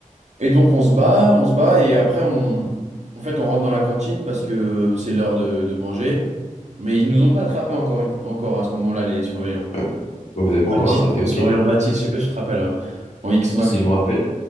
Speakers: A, on the right; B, on the left.
A: Et donc, on se bat, on se bat, et après, on, en fait, on rentre dans la cantine parce que c'est l'heure de, de manger. Mais ils nous ont pas attrapés encore, une- encore à ce moment-là, les surveillants.
B: Ouais. Donc, Vous n'avez pas
A: Baptiste,
B: encore rattrapé,
A: le
B: ok?
A: surveillant Baptiste, je sais pas si tu te rappelles, hein, en X-Mac.
B: Si, si,
A: toi.
B: je me rappelle.